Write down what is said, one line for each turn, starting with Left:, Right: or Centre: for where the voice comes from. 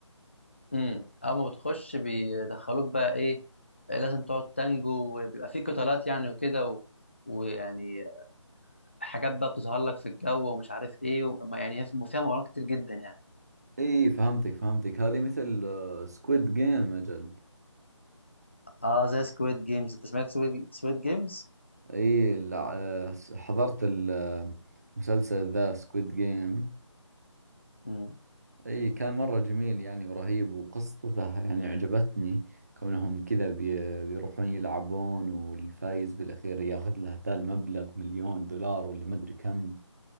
Left: امم اول ما بتخش بيدخلوك بقى ايه لازم تقعد تانجو وبيبقى في قتالات يعني وكده و... ويعني حاجات بقى بتظهر لك في الجو ومش عارف ايه و... ما يعني هي في- فيها مغامرات كتير جدا يعني
Right: اي فهمتك فهمتك هذه مثل سكويد جيم اجل
Left: اه زي سكويد جيمز انت سمعت سكويد سكويد جيمز
Right: اي لع- آه، س- حضرت ال- آه، المسلسل ذا سكويد جيم
Left: امم
Right: اي كان مرة جميل يعني ورهيب وقصته يعني عجبتني كونهم كذا بي- بيروحون يلعبون والفايز بالاخير ياخذ له ذا المبلغ مليون دولار ولا مدري كم